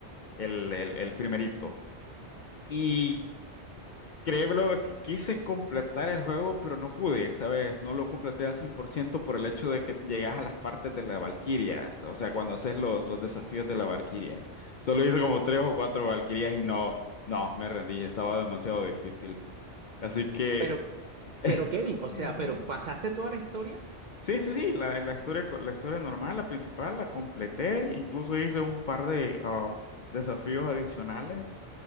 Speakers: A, on the left; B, on the right.
A: el, el, el primerito. Y créeme que quise completar el juego, pero no pude, ¿sabes? No lo completé al 100% por ciento por el hecho de que llegas a las partes de las Valquirias, o sea, cuando haces los, los desafíos de las Valquirias. Solo hice como tres o cuatro Valquirias y no, no, me rendí, estaba demasiado difícil. Así que...
B: Pero,
A: <laughs>
B: pero Kevin, o
A: <laughs>
B: sea, pero ¿pasaste toda la historia?
A: Sí, sí, sí, la, la historia, co- la historia normal, la principal, la completé, incluso hice un par de ah, desafíos adicionales,